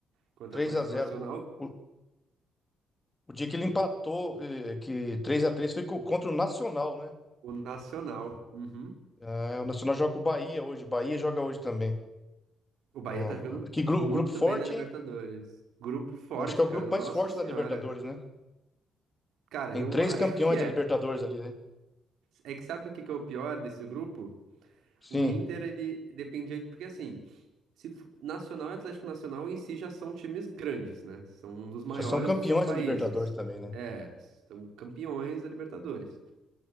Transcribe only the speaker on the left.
Três
a zero.
O, o, o dia que ele empatou, eh, que três a três foi co- contra o Nacional, né?
Ah, o Nacional joga com o Bahia hoje, Bahia joga hoje também.
Com-
Que gru-
grupo forte,
hein?
Eu acho que é o
grupo mais
forte
da Libertadores, né?
Tem
três
campeões
da Libertadores ali, né?
Sim,
já são campeões
da Libertadores também, né?